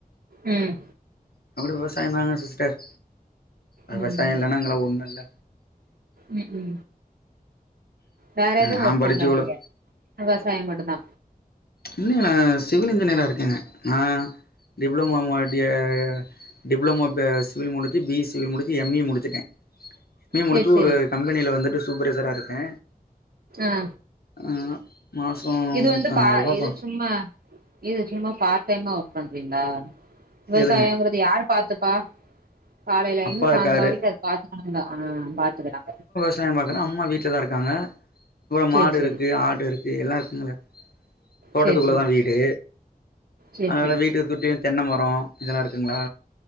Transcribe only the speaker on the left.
நம்மளு விவசாயம் தானா சிஸ்டர் வெவசாய்
இல்லன்னா நாங்கல்லா ஒன்னுல்ல
நான்
படிச்சு
இவ்ளோ
இல்லி நா சிவில் இன்ஜினியரா இருக்கேங்க நா டிப்ளோமோ மோட்டியே டிப்ளமோ ப சிவில் முடிச்சி பி சிவில் முடிச்சி யம் இ முடிச்சிட்டே மே முடிச்சு
ஒரு கம்பெனில வந்துட்டு சூப்பரைசரா இருக்கே
ஆ மாசோ
முப்பநாய்
ருபா
எதுங்க
அப்பா
இருக்காரு
சாயம் பாக்கற அம்மா வீட்லதா இருக்காங்க வோ
மாடு
இருக்கு ஆட்டிரு தி எல்லா இருக்குங்ள தோட்டத்துக்குள்ளதா
வீடு
அதனால
வீட்டு சுட்டியின் தென்னமரோ இதெல்லா இருக்குங்ளா